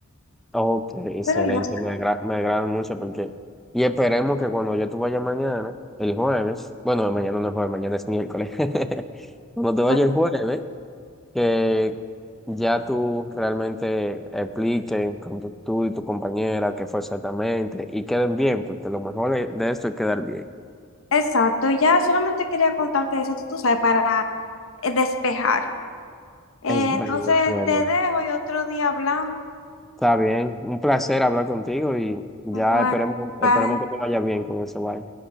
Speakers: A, in the centre; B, on the left.
A: Ok, excelente,
B: pero ya,
A: me agra- me agrada mucho porque... Y esperemos que cuando yo te vaya mañana, el jueves, bueno, no, mañana no es jueves, mañana es miércoles, <laughs> cuando te vaya
B: pues,
A: el jueves, que ya tú realmente expliquen con tu, tú y tu compañera qué fue exactamente y queden bien, porque lo mejor es- de esto es quedar bien.
B: exacto, ya solamente quería contarte eso, tú sabes, para eh, despejar. Eh,
A: Es bueno,
B: entonces
A: es bueno.
B: te dejo y otro día hablamos.
A: Está bien, un placer hablar contigo y ya
B: Igual,
A: esperemos, esperemos
B: bye.
A: que te vaya bien con eso, bye.